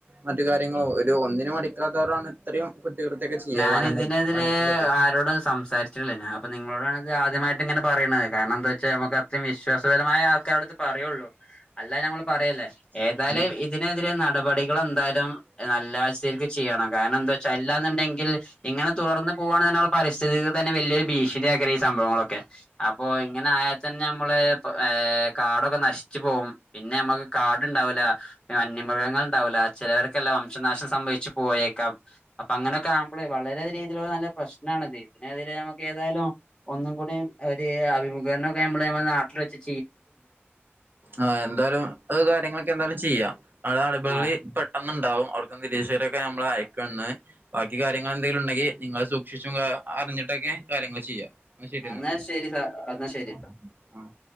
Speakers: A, on the right; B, on the left.
A: മറ്റു കാര്യങ്ങളും ഒരു ഒന്നിന് മടിക്കാത്തവരാണ് ഇത്രയും കുറ്റകൃത്യൊക്കെ ചെയ്യ
B: ഞാൻ
A: വനം
B: ഇതിനെതിരെ
A: വകുപ്പ് വനത്തിലൊക്കെ
B: ആരോടും സംസാരിച്ചിട്ടില്ല ഞാൻ ഇപ്പൊ നിങ്ങളോടാണ്ത് ആദ്യമായിട്ട് ഇങ്ങനെ പറയണത് കാരണം ന്താ ച്ചാൽ നമുക്ക് അത്രേം വിശ്വാസപരമായ അവിടുത്തെ പറയുള്ളൂ അല്ലാ ഞമ്മള് പറയല്ലേ ഏതായാലും
A: ആഹ്
B: ഇതിനെതിരെ നടപടികൾ എന്തായാലും നല്ല <unintelligible> ചെയ്യണം കാരണം എന്താച്ചാ അല്ലാന്നിണ്ടെങ്കി ഇങ്ങനെ തുടർന്ന് പോകാണ് ള്ള പരിസ്ഥിതിക്ക് തന്നെ വല്ല്യ ഭീഷണി ആ സംഭവങ്ങളൊക്കെ അപ്പോ ഇങ്ങനെ ആയാൽ തന്നെ നമ്മള് കാടൊക്കെ നഷി ച്ച് പോകും പിന്നെ നമ്മക്ക് കാടുണ്ടാവില്ല വന്യമൃഗങ്ങൾ ഉണ്ടാവില്ല ചിലവർക്കല്ല വംശനാശം സംഭവിച്ചു പോയേക്കാം അപ്പൊ അങ്ങനെ വളരെ രീതിയിലുള്ള നല്ല പ്രശ്നണിത് ഇതിനെ തീരെ നമുക്ക് ഏതായാലും ഒന്നും കൂടി ഒരു അത് മുകേനെ നമ്മള് നമ്മള നാട്ടിൽ വെച്ചി
A: ആഹ് എന്തായാലും അത് കാര്യങ്ങളൊക്കെ എന്തായാലും ചെയ്യാം അവിടെ അടിപളി
B: ആ
A: പെ പെട്ടന്നുണ്ടാവും അവർക്ക് രസീത് ഒക്കെ നമ്മൾ അയക്കന്ന് ബാക്കി കാര്യങ്ങൾ എന്തെങ്കിലും ഉണ്ടെങ്കിൽ നിങ്ങൾ സൂക്ഷിച്ചും അറിഞ്ഞിട്ടൊക്കെ കാര്യങ്ങൾ ചെയ്യാം എന്നാ ശരി
B: എന്നാൽ
A: എന്നാ
B: ശരി സ എന്നാ ശരിട്ടോ
A: ആഹ് ആഹ്